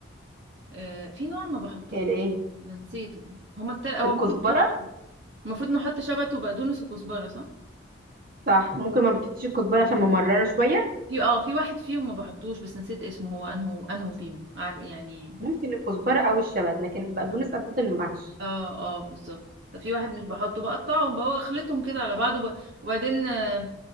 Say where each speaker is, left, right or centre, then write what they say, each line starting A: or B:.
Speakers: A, on the right; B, on the right.
A: آه، في نوع ما بحطوش
B: الايه
A: بنسيته هما التل... هو
B: الكزبره
A: المفروض نحط المفروض نحط شبت وبقدونس وكزبره صح
B: صح ممكن ما بتحطيش الكزبره عشان ممرره شويه
A: في اه في واحد فيهم ما بحطوش بس نسيت اسمه هو انهو انهو فيهم عارف يعني
B: ممكن الكزبره او الشبت لكن بقدونس اساس المحشي
A: اه اه بالظبط ففي واحد مش بحطه بقطعهم بقى واخلطهم كده على بعض وب... وبعدين آه،